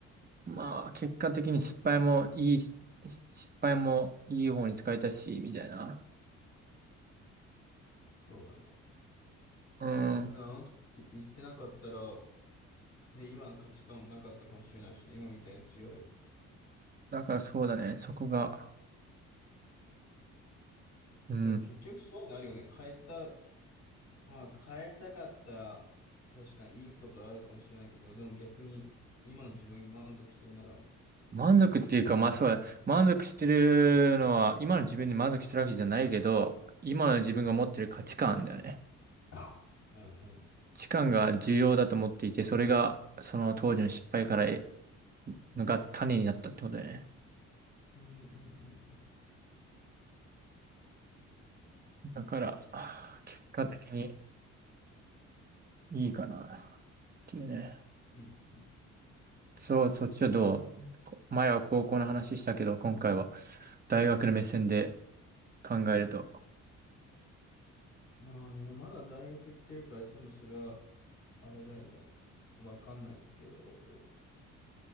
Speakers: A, on the right (about 30°); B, on the left (about 60°).
A: まあ、結果的に失敗もいいし、失敗もいい方に使えたし、みたいな。
B: そうだね。
A: うん。
B: だからあの時言ってなかったら、ね、今の価値観なかったかもしれないしね、今みたいに強い。
A: だからそうだね。そこが。うん。
B: なんか結局そういうのあるよね。変えた、まあ変えたかったら確かにいいことあるかもしれないけど、でも逆に今の自分に満足してんなら、
A: 満足っていうか、まあそうだ。満足してるのは、今の自分に満足してるわけじゃないけど、今の自分が持ってる価値観だよね。
B: <laughs> うんうん。
A: 価値観が重要だと思っていて、それが、その当時の失敗からえ、のが種になったってことだよね。
B: うんうんうん
A: だから、<sighs> 結果的にいいかな。っていうね。
B: うん。うん
A: そう、そっちはどうこ前は高校の話したけど、今回は大学の目線で考えると。
B: まあね、まだ大学行ってるから多分それはあれだよね。わかんないけど、